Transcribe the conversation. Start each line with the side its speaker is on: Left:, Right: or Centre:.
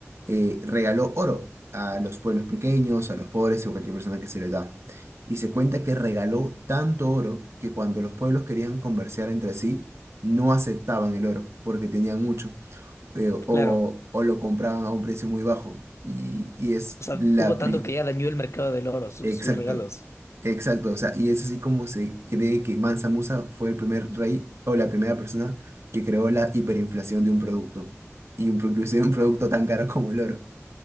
Right: eh, regaló oro a los pueblos pequeños, a los pobres o cualquier persona que se le da. Y se cuenta que regaló tanto oro que cuando los pueblos querían conversar entre sí, no aceptaban el oro porque tenían mucho eh, o,
Left: Claro.
Right: o lo compraban a un precio muy bajo. Y, y es
Left: O sea,
Right: la
Left: hubo
Right: pri-
Left: tanto que ya dañó el mercado del oro, sus,
Right: Exacto,
Left: sus regalos.
Right: exacto, o sea, y es así como se cree que Mansa Musa fue el primer rey o la primera persona que creó la hiperinflación de un producto, y un, pro- inclusive un producto tan caro como el oro.